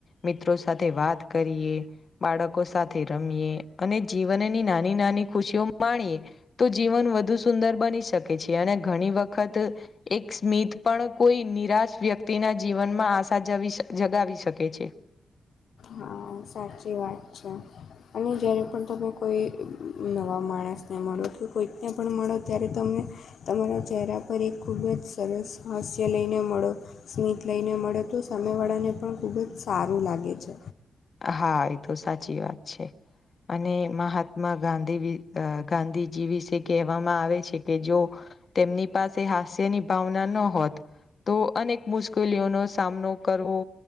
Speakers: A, on the left (about 45°); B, on the left (about 75°).
A: મિત્રો સાથે વાત કરીએ, બાળકો સાથે રમીએ, અને જીવનની નાની નાની ખુશીઓ માણીએ. તો જીવન વધુ સુંદર બની શકે છે અને ઘણી વખત, એક એક સ્મીથ પણ કોઈ નિરાશ વ્યક્તિના જીવનમાં આશા જ જગાવી શકે છે.
B: હા સાચી વાત છે. અને જ્યારે પણ તમે કોઈ નવા માણસને મળો કે કોઈકને પણ મળો ત્યારે તમે. તમારા ચહેરા પર એક ખૂબ જ સરસ હાસ્ય લઈને મળો. સ્મિત લઈને મળે તો સામે વાળાને પણ ખુબ જ સારું લાગે છે.
A: હા એ તો સાચી વાત છે. અને મહાત્મા ગાંધી ગાંધીજી વિશે કહેવામાં આવે છે કે જો તેમની પાસે હાસ્યની ભાવના ન હોત. તો અનેક મુશ્કેલીઓનો સામનો કરવો,